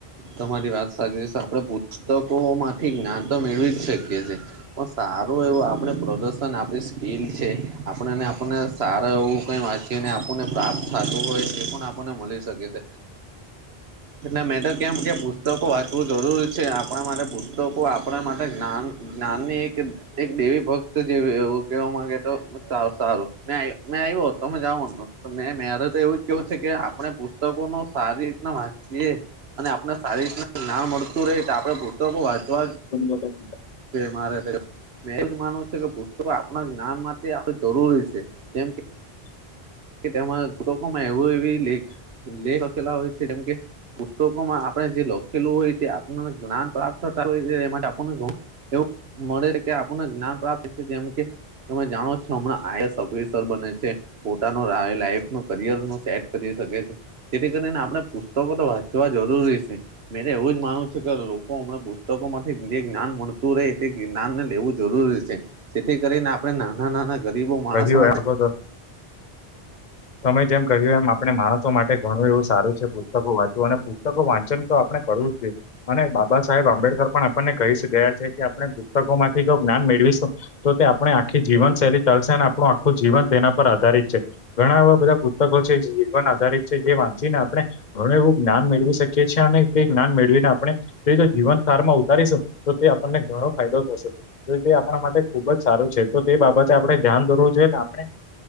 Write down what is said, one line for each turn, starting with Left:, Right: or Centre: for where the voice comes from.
Right: તમારી વાત સાચી છે આપડે પુસ્તકો માંથી જ્ઞાન તો મેળવીજ શકીએ છે. પણ સારું એવું આપણે પ્રદર્શન આપણી સ્કીલ છે આપણેને આપણને સારા એવું કઈ વાંચીને આપણને પ્રાપ્ત થાતું હોય એ પણ આપણને મળી શકે તે. એટલા <inaudible> કેમ કે પુસ્તકો વાંચવું જરૂરી છે આપણા માટે પુસ્તકો આપણા માટે જ્ઞાન જ્ઞાનની એક. એક દેવી ભક્ત જે એવું કેહેવા માંગે તો સારું સારું મે મે આવ્યો તમે જાઓ. મેં મેરે તો એવુંજ કેવું છે કે આપણે પુસ્તકો ન સારી રીતના વાંચીએ. અને આપને સારી રીતના <unintelligible> મળતું રહે તો આપણે પુસ્તકો વાંચવા.
Left: <inaudible>
Right: મારે મેં એવુજ માનું છે કે પુસ્તકો આપણા જ્ઞાન માંથી. જરૂરી છે કેમ કે તેમાં ચોખમાં એવું એવી લેખ. લેહકલા હોય છે જેમ કે. પુસ્તકોમાં આપણે જે લખેલું હોય તે આપને જ્ઞાન પ્રાપ્ત થતા હોય એ એ માટે આપને. એવું મળે છે કે આપણને જ્ઞાન પ્રાપ થાઈ જેમ કે. તમે જાણો છો હમણાં આઈ એસ ઓફિસર બને છે.. પોતાનું લાઈફ ન કરયર નું સેટ કરી શકે છે. જેથી કરીને આપણે પુસ્તકો તો વાંચવા જરૂરી છે. મેરે એવું જ માનવું છે કે લોકો હમને પુસ્તકો થી જે જ્ઞાન મળતું. રહે એ તે જ્ઞાનને લેવું જરૂરી છે જેથી કરીને આપણે નાના નાના ગરીબો માણસો
Left: કહ્યું
Right: માટે
Left: એ આગળ તમે જેમ કહ્યું એમ આપણે માટે ઘણું એવું સારું છે પુસ્તકો વાંચવું અને પુસ્તકો વાંચન તો આપણે કરવુંજ જઈએ અને બાબા સાહેબ આંબેડકર પણ આપણને કહી સ ગયા છે કે આપડે પુસ્તકો માંથી જો જ્ઞાન મેળવીશું તો તે આપણે આખી જીવનશૈલી ચાલસેન આપણું આખું જીવન તેના પર આધારિત છે. ઘણા આવા બધા પુસ્તકો છે જીવન આધારિત છે જે વાંચીને આપણે હવે એવું જ્ઞાન મેળવી શકીએ છીએ અને તે જ્ઞાન મેળવીને આપણે એ જીવન સાર માં ઉતારીશું તો તે આપણને ઘણો ફાયદો થશે તો તે આપણા માટે ખુબજ સારું છે તો તે બાબતે આપણે ધ્યાન ધરવું જોઈએ ને આપણે